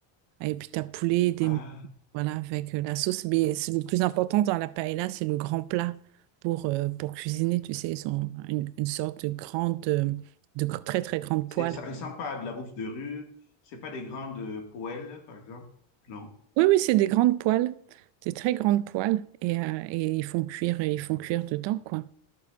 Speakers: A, on the right; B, on the left.
A: Et puis tu as poulet, des...
B: Ah,
A: voilà, avec euh, la sauce. Mais c'est le plus important dans la paella, c'est le grand plat pour, euh, pour cuisiner. Tu sais, ils ont une, une sorte de grande, euh, de gr- très, très grande
B: c'est,
A: poêle.
B: ça ressemble pas à de la bouffe de rue, c'est pas des grandes euh, poêles, par exemple, non.
A: Oui, oui, c'est des grandes poêles. Des très grandes poêles. Et, euh, et ils font cuire, ils font cuire dedans, quoi.